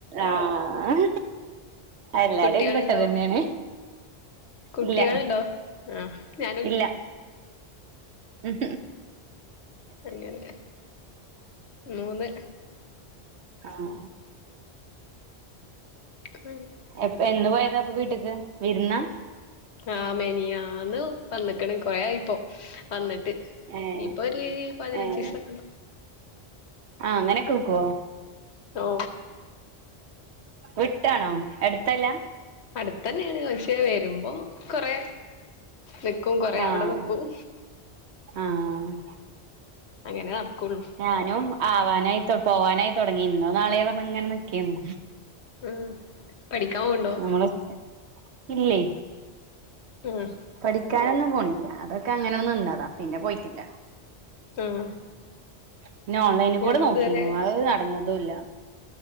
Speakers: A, on the right; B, on the left.
A: ആഹ് എല്ലാരും
B: കുട്ട്യാള്ണ്ടോ
A: അയിൽ പെട്ട തന്നെയാണ്
B: കുട്ട്യാള്ണ്ടോ
A: ഇല്ല
B: ആഹ് ഞാനും
A: ഇല്ല ഉം
B: അങ്ങനെ മൂന്ന്
A: ആഹ്
B: ഉമ്
A: എപ്പ എന്നു പോയതാ അപ്പൊ വീട്ട്ക്ക് വിരുന്ന
B: ആ മെനിഞ്ഞാന്ന് വന്നക്കണ് കൊറെ ആയിപ്പോ വന്നിട്ട്
A: ഏഹ്
B: ഇനിപ്പൊവരീ പതിനഞ്ചീസക്കെണ്ടാവും
A: ഏഹ് ആഹ് അങ്ങനെ കേക്കുവോ
B: ട്ടോ
A: വിട്ടാണോ അടുത്തല്ല
B: അടുത്തന്നെയാണ് പക്ഷേ വരുമ്പോ കൊറേ നിക്കും കൊറേ
A: ആഹ്
B: അവിടെ നിക്കും
A: ആഹ്
B: അങ്ങനെ നടക്കുള്ളൂ
A: ഞാനും ആവാനായി തൊ പോവാനായി തൊടങ്ങി ഇന്നോ നാള്യോ പറഞ്ഞ് ഇങ്ങനെ നിക്കേന്നു
B: ഉമ് പഠിക്കാൻ പോണ്ടോ
A: നമ്മള് ഇല്ലേ
B: ഹ്
A: പഠിക്കാനൊന്നും പോണില്ല അതൊക്കെ അങ്ങനെ നിന്നതാ പിന്നെ പോയിട്ടില്ല
B: ആഹ്
A: പിന്നെ ഓൺലൈനിൽ
B: ഞാൻ
A: കൂടെ നോക്കിന്നു
B: ഇതുവരെ
A: അത് നടന്നതൂല്ല